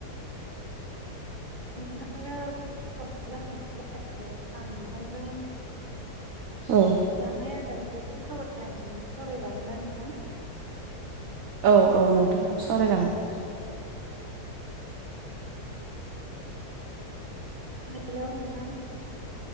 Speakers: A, on the right; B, on the right.
A: <unintelligible> आंनो बुरजा होना <unintelligible> आं नोंथांजों
B: औ
A: जानाय जादारनि एसे सावरायनो नागिरदोंमोन सावरायजागोन ना नोंथां?
B: औ औ नोंथाङा सावराय जागोन,
A: हेलौ नोंथां